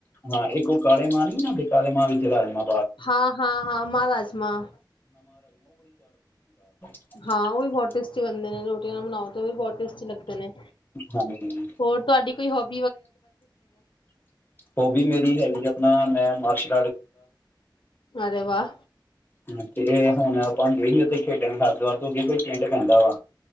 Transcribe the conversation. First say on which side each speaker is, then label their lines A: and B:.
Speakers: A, on the left; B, on the left.
A: ਹਾਂ ਇੱਕ ਉਹ ਕਾਲੇ ਮਾਂਹ ਨੀ ਬਣਾਉਂਦੇ ਕਾਲੇ ਮਾਂਹ ਵਿੱਚ ਰਾਜਮਾਂ
B: ਹਾਂ ਹਾਂ ਹਾਂ ਮਾਂ ਰਾਜਮਾਂ
A: <unintelligible>
B: ਹਾਂ ਉਹ ਵੀ ਬਹੁਤ ਟੇਸਟੀ ਬਣਦੇ ਨੇ ਰੋਟੀਆਂ ਨਾਲ ਬਣਾਓ ਤੇ ਵੀ ਬਹੁਤ ਟੇਸਟੀ ਲੱਗਦੇ ਨੇ
A: ਹਾਂਜੀ
B: ਹੋਰ ਤੁਹਾਡੀ ਕੋਈ ਹੋ <inaudible>
A: ਹੋਬੀ ਮੇਰੀ ਹੈਗੀ ਆਪਣਾ ਮੈਂ ਮਾਰਸ਼ <inaudible>
B: ਅਰੇ ਵਾਹ-
A: ਹ ਤੇ ਹੁਣ ਆਪਾਂ ਹੀ ਉੱਥੇ ਖੇਡਣ ਹਰਿਦੁਆਰ ਤੋਂ ਅੱਗੇ ਕੋਈ ਪਿੰਡ ਪੈਂਦਾ ਵਾ